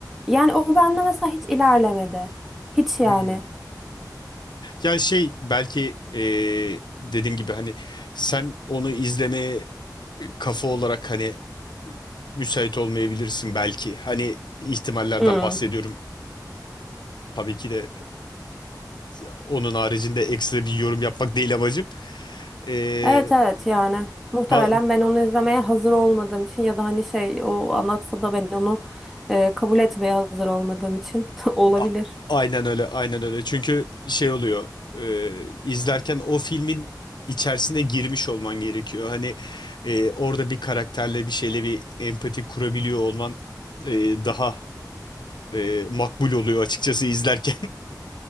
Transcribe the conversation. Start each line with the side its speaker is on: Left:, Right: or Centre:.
Centre: Yani o benle mesela hiç ilerlemedi. Hiç yani.
Left: Hmm. Ya şey belki e, dediğim gibi hani sen onu izlemeye e, kafa olarak hani müsait olmayabilirsin belki. Hani ihtimallerden
Centre: Hmm.
Left: bahsediyorum. Tabii ki de e, onun haricinde ekstra bir yorum yapmak değil amacım. E,
Centre: Evet evet yani muhtemelen
Left: ba-
Centre: ben onu izlemeye hazır olmadığım için ya da hani şey o anlatsa da ben onu e, kabul etmeye hazır olmadığım için <laughs> olabilir.
Left: a- aynen öyle, aynen öyle. Çünkü şey oluyor. e, izlerken o filmin içerisine girmiş olman gerekiyor. Hani e, orada bir karakterle bir şeyle bir empati kurabiliyor olman e, daha e, makbul oluyor açıkçası izlerken. <laughs>